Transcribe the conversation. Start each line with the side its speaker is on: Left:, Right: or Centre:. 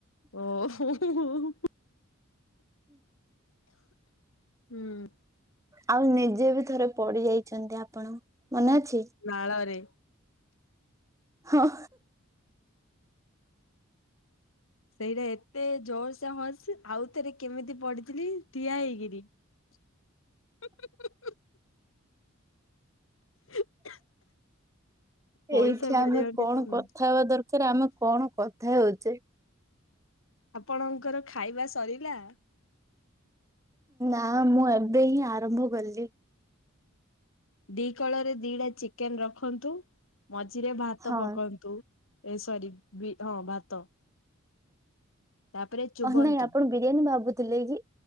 Left: ଓ ହୋ ହୋ ହୋ। ହୁଁ।
Right: ଆଉ ନିଜେ ବି ଥରେ ପଡ଼ି ଯାଇଛନ୍ତି ଆପଣ ମନେ ଅଛି?
Left: ନାଳରେ।
Right: ହଁ।
Left: ସେଇଟା ଏତେ ଜୋରସେ ହର୍ସ ଆଉ ଥରେ କେମିତି ପଡ଼ିଥିଲି ଠିଆ ହେଇକିରି। <unintelligible> <unintelligible> ପଇସା
Right: ଏଇଠି ଆମେ
Left: ମିଳିବନି
Right: କଣ
Left: ଜମା
Right: କଥା ହବା ଦରକାରେ ଆମେ କଣ କଥା ହଉଚେ।
Left: ଆପଣଙ୍କର ଖାଇବା ସରିଲା?
Right: ଆଉ ମୁଁ ଏବେ ହିଁ ଆରମ୍ଭ କଲି।
Left: ଦି କଳରେ ଦିଟା ଚିକେନ୍ ରଖନ୍ତୁ ମଝିରେ ଭାତ
Right: ହଁ
Left: ପକନ୍ତୁ। ଏ ସରି ବି ହଁ ଭାତ। ତାପରେ ଚୁବନ୍ତୁ
Right: ଅହ୍ ନାଇଁ ଆପଣ ବିରିୟାନୀ ଭାବୁଥିଲେ କି?